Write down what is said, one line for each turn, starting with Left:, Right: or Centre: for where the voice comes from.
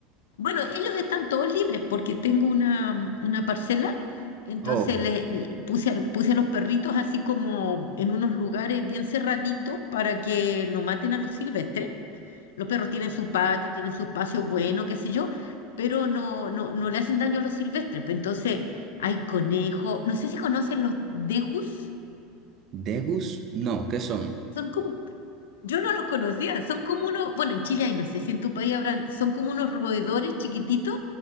Left: Bueno, ellos están todos libres porque tengo una, mm, una parcela. Entonces
Right: Oh,
Left: le l- puse a, puse a los perritos así como en unos lugares bien cerraditos para que no maten a los silvestres. Los perros tienen su patio, tienen su espacio bueno, qué sé yo, pero no, no, no le hacen daño a los silvestres. Pues Entonces, hay conejos. No sé si conocen los degus.
Right: Degus, no, ¿qué son?
Left: Son como, yo no los conocía, son como unos, bueno, en Chile hay, no sé si en tu país habrán, son como unos roedores chiquititos